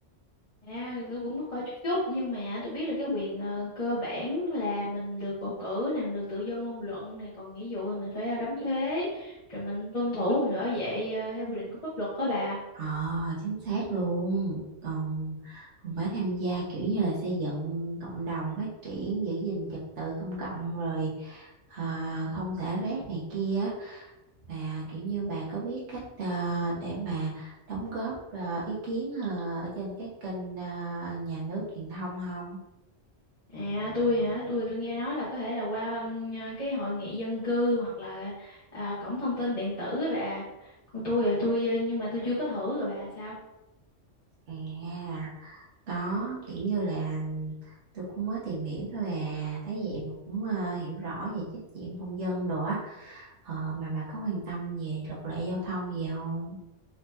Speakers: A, on the left; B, on the right.
A: À, tôi cũng có coi chút chút nhưng mà tôi biết là cái quyền ờ, cơ bản là mình được bầu cử nè, mình được tự do ngôn luận nè, còn nghĩa vụ thì mình phải ờ, đóng thuế, rồi mình tuân thủ, mình bảo vệ ờ, theo quy định của pháp luật đó bà.
B: Ờ chính xác luôn còn còn phải tham gia kiểu như là xây dựng cộng đồng phát triển giữ gìn trật tự công cộng rồi à, không xả rác này kia mà kiểu như bà có biết cách ờ, để mà đóng góp ờ, ý kiến ờ, ở trên các kênh ờ, nhà nước truyền thông không?
A: À, tôi hả, tôi tôi nghe nói là có thể là qua ừm, ờ, cái hội nghị dân cư hoặc là à, cổng thông tin điện tử á bà. Còn tôi thì tôi ờ, nhưng mà tôi chưa có thử rồi bà sao?
B: À, có kiểu như là tôi cũng mới tìm hiểu thôi à, thấy vậy mà cũng ờ, hiểu rõ về trách nhiệm công dân đồ á. Ờ, mà bà có quan tâm về luật lệ giao thông gì không?